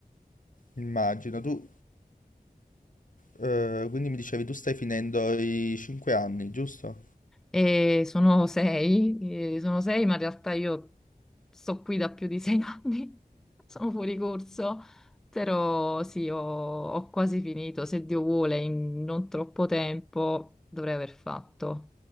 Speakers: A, on the left; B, in the centre.
A: Immagino, tu eh, quindi mi dicevi tu stai finendo i 5 anni, giusto?
B: E sono sei, eh, sono sei, ma in realtà io sto qui da più di sei <laughs> anni, sono fuori corso, però sì, ho, ho quasi finito, se Dio vuole, in non troppo tempo dovrei aver fatto.